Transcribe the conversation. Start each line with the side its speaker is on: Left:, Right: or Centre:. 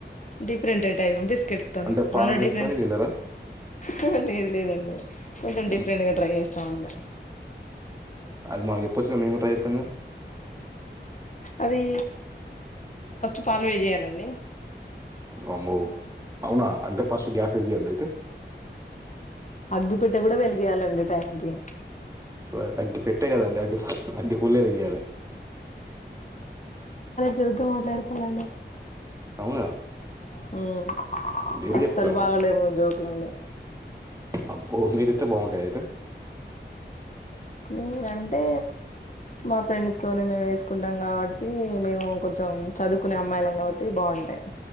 Left: డిఫరెంట్ అయిట్ బిస్కెట్స్ తోనే
Right: అంటే పాలు
Left: రెండు
Right: వేసుకొని
Left: డిఫరెంట్ది
Right: తిన్నారా
Left: లేదండి కొంచెం
Right: హ్మ్.
Left: డిఫరెంట్ గా ట్రై చేస్త పస్తుంద
Right: అది మాగిప్ప సమీ ప్రాయితంగా
Left: అది ఫస్ట్ పాలు వేడి జెయ్యాలండి
Right: వామ్మో అవునా అంటే ఫస్ట్ గ్యాస్ ఎలిగియ్యెద్ద అయితే
Left: అగ్గి పెట్టే కూడా వెలిగియాలండి టైంకిి
Right: సరే అగ్గి పెట్టే కదండి అగ్గి ఫుల్ అగ్ పుల్ల వెలిగీయాలె
Left: జోగ్ గా మాట్లాడుతున్నాండి
Right: అవునా
Left: హ్మ్
Right: మీరే
Left: అస్సలు
Right: చెప్తారు
Left: బాగాలే మీజోక్ లే లె
Right: అబ్బో మీరేత్తే బాగుంటాయ అయితే
Left: నేనంటే మా ఫ్రెండ్స్ తోనే మేము వేసుకుంటాం కావ్ ట్టి మేము కొంచెం చదువుకునే అమ్మాయిలం కావ ట్టి బాగుంటాయి